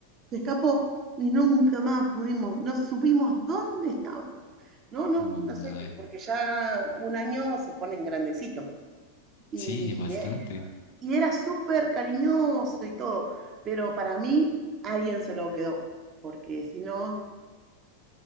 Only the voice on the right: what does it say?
se escapó y nunca más pudimos, no supimos dónde estaba. No, no,
no sé,
porque ya un año se ponen grandecitos. Y
y era súper cariñoso y todo, pero para mí alguien se lo quedó, porque si no,